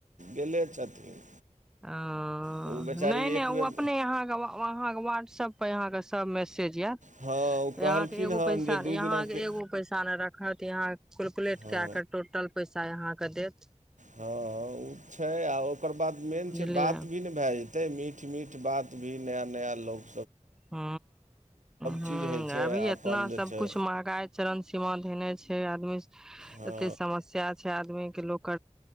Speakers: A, on the right; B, in the centre.
A: गेले छथिन
B: अ नहि
A: ओ बेचारी एक
B: नहि ओ
A: बेर
B: अपने अहाँ के व्हाट्स ऐप करत सब पर यहाँके सब मे सेज आयत
A: हँ ओ कहलखिन
B: यहााँ के एगो
A: हन
B: पैसा
A: जे दू
B: यहा
A: दिनाके
B: के एगो पैसा ने रखत तहाँ कैलकुलेट
A: हँ
B: कए क टोटल पैसा आय अहाँके देत
A: हँ ओ छै आ ओकर बाद मेन
B: बुझलियै
A: छै बात भी नहि भए जेतै मीठ मीठ बात भी नया नया लोको
B: ह ह
A: चीज होइ छै
B: अभी
A: अपन
B: एतना
A: जे
B: सबकुछ
A: छै
B: महगाइ चरण सीमा धेने छै आदमी
A: हँ
B: एते समस्या छै आदमी के लोक